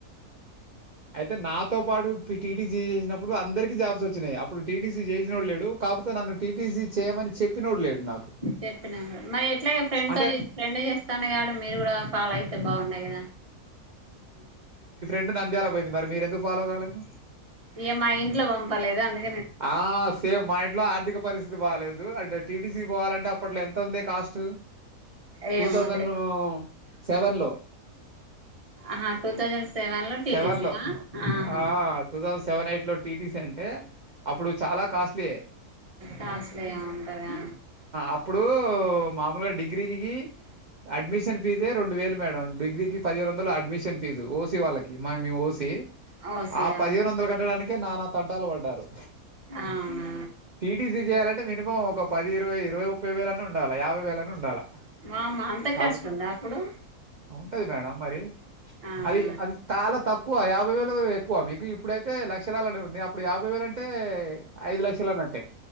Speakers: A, on the right; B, on the right.
A: అయితే నాతో పాటు టీటీసీ చేసినప్పుడు అందరికి జాబ్స్ వచ్చినాయి అప్పుడు టీటీసీ చేసినోడు లేడు కాకపోతే నన్ను టీటీసీ చేయమని చెప్పినోడు లేడు నాకు
B: చెప్పినాను మరి ఎట్లాగే ఫ్రెండ్
A: అంటే
B: తో ఫ్రెండ్ చేస్తాను కాబట్టి మీరు కూడా పాల అయితే బాగుండయి కదా అకాే
A: మె నంద్యాల పోయింది మరి మీరు ఎందుకు ఫాలో కాలేదు
B: ఏ మా ఇంట్లో పంపలేదు అందు
A: ఆ సేమ్ మా ఇంట్లో ఆర్థిక పరిస్థితి ది బాలేదు అంటే టీటీసీ పోవాలంటే అప్పట్లో ఎంత ఉంది కాస్ట్
B: ఏమో
A: టూ థౌసండ్ సెవెన్లో
B: ఆ టూ థౌజండ్ సెవెన్ లో టిటిసి
A: సెవెన్ లో
B: న ఆహా
A: ఆ టూ థౌజండ్ సెవెన్ ఎయిట్ లో టీటీసీ అంటే అప్పుడు చాలా కాస్ట్లీ
B: కాస్ట్లీ గా ఉంటదా
A: అప్పుడు మామూలుగా డిగ్రీకి అడ్మిషన్ ఫీజే రెండు వేలు మేడం డిగ్రీకి పదిహేను వందల అడ్మిన్ జు ఓసి వాళ్ళకి మ మేం ఓసి
B: ఓసి
A: ఆ
B: వాళ్ళకి
A: పదిహేను వందలు కట్టడానికే నానా తంటాలు పడ్డారు
B: అవునా
A: టీటీసి చేయాలంటే మినిమం ఒక పది ఇరవై ఇరవై ముప్పై వేలన్న ఉండాలా యాభై వేలన్న ఉండాలా
B: వామ్మో అంత
A: కాబ
B: కాస్ట్ ఉందా అప్పుడు
A: ఉంటది మేడం మరి
B: అవునా
A: అది అది తాలా తకు ఎక్కువ యాభై వేలు ఎక్కువ మీకు ఇప్పుడైతే లక్షలాలనే ఉంది అప్పుడు యాభై వేలు అంటే అంటే ఐదు లక్షల అన్నట్టే